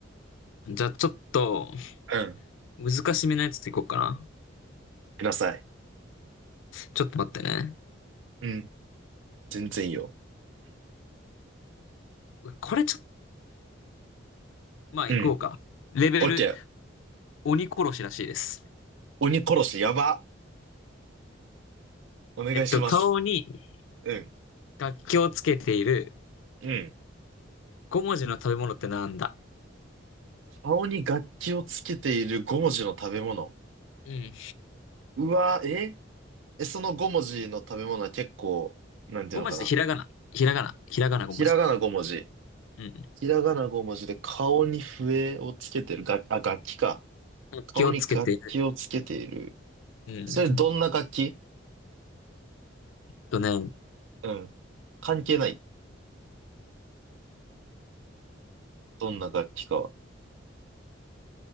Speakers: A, on the left (about 80°); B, on the right (about 75°).
A: ー。じゃあちょっと、
B: うん。
A: 難しめのやつていこうかな。
B: ください。
A: ちょっと待ってね。
B: うん。全然いいよ。
A: これちょっと、まあいこうか。
B: うん。
A: レベル、
B: オッケー。
A: 鬼殺しらしいです。
B: 鬼殺し、やば。お願いします。
A: えっと、顔に
B: うん。
A: 楽器をつけている
B: うん。
A: 五文字の食べ物ってなんだ
B: 顔に楽器をつけている5文字の食べ物。
A: うん。
B: うわ、ええ、その5文字の食べ物は結構、なんていうのかな。
A: 五文字でひらがな。ひらがな。ひらがな五文字。
B: ひらがな5文字。
A: うん。
B: ひらがな5文字で顔に笛をつけてる。が、あ、楽器か。
A: 楽器をつけている。
B: 顔に楽器をつけている。
A: うん。えっ
B: それどんな楽器
A: とね、
B: うん。関係ない。どんな楽器かは。